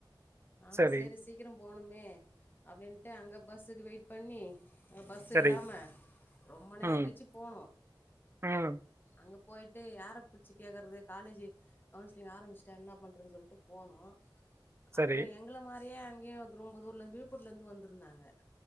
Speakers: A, on the left; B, on the right.
A: நாங்க
B: சரி
A: சேரி சீக்கிரம் போணுமே அப்பிடின்ட்டு அங்க பஸ்ஸுக்கு வெயிட் பண்ணி அ பஸ்
B: சரி
A: இல்லாம ரொம்ப நேரோ
B: ம்
A: கழிச்சி போனோ
B: ம்
A: அங்க போயிட்டு யார புட்ச்சு கேக்குறது காலேஜு கவுன்சிலிங் ஆரம்பிச்சிட்டா என்ன பண்றன் சொல்ட்டு போனோ
B: சரி
A: அப்றொ எங்கள மா ரியே அங்கயே வ ரொம்பதூர்லந்து விழுப்பூர்லந்து வந்துருந்தாங்க